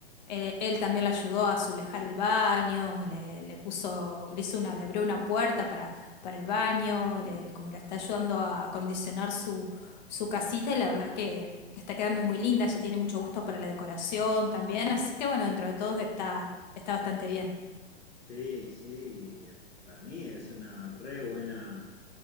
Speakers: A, on the left; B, on the left.
A: él, él también la ayudó a azulejar el baño, le, le puso, le hizo una, le abrió una puerta para, para el baño, le- como le está ayudando a acondicionar su, su casita y la verdad que está quedando muy linda, ella tiene mucho gusto para la decoración también, así que bueno, dentro de todo está, está bastante bien.
B: Sí, sí, eh, para mí es una re buena